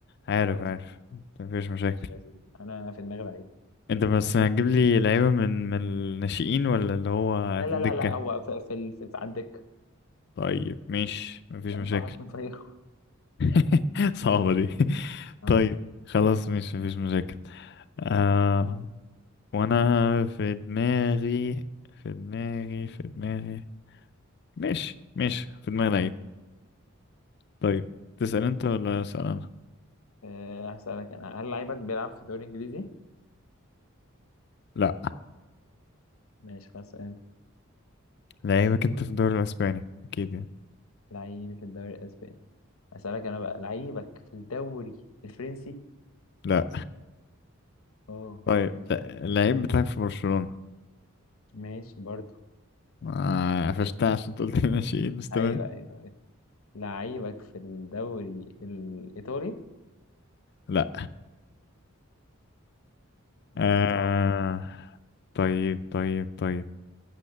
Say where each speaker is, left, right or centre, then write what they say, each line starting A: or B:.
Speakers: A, on the left; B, on the left.
A: عارف
B: خلاص
A: عارف مفيش مشاكل
B: مش لذيذ انا في دماغي لعيب
A: انت بس هتجيب لي لعيبة من من الناشئين ولا اللي هو
B: لا
A: في
B: لا
A: الدكة
B: لا لا هو في في, في, في على الدكه
A: طيب ماشي مفيش
B: يعني
A: مشاكل
B: مش هوحش من فريقه
A: <laughs> صعبة دي <laughs>
B: آه.
A: طيب خلاص ماشي مفيش مشاكل آه وانا في دماغي في دماغي في دماغي ماشي ماشي في دماغي لعيب طيب تسأل انت ولا اسأل انا
B: أه هسألك أنا هل لعيبك بيلعب في الدوري الإنجليزي؟
A: لا
B: ماشي خلاص أنت
A: لعيبك انت في الدوري الاسباني اكيد يعني
B: لعيبي في الدوري الأسباني هسألك أنا بقى لعيبك في الدوري الفرنسي؟
A: لا
B: أوه
A: طيب
B: ماشي
A: اللعيب بتاعك في برشلونة
B: ماشي برضو
A: آه، قفشتها عشان قلت ماشي <laughs> بس تمام
B: أيوه أيوه لعيبك في الدوري الإيطالي؟
A: لا
B: أنت
A: آه...
B: بتصعب
A: طيب طيب طيب